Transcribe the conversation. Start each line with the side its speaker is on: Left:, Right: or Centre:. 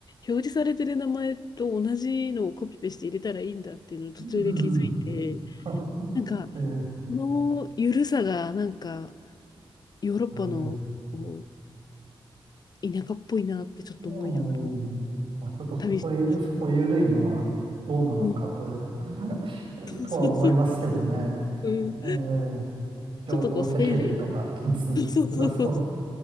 Left: 表示されてる名前と同じのをコピペして入れたらいいんだっていうのを途中で気づいて、
Right: ん、うん。<laughs>
Left: なんか、
Right: えー
Left: この緩さがなんか、ヨーロッパのこ
Right: えー
Left: う田舎っぽいなってちょっと思いながら
Right: うん。まあ、ちょっとそこへ、
Left: 旅してました。
Right: そこ緩いのはどうなのかと、
Left: うん、
Right: <laughs>
Left: <laughs>
Right: とは思いますけどね。
Left: そうそう、うん、
Right: えー情報セキュリティとか気にしだすと
Left: ちょっとこう性善、そうそうそう、